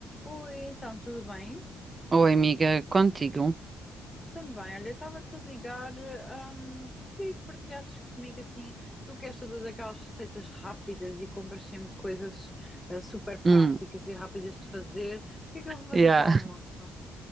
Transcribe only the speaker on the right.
Oi, amiga, contigo.
Hum,
yeah.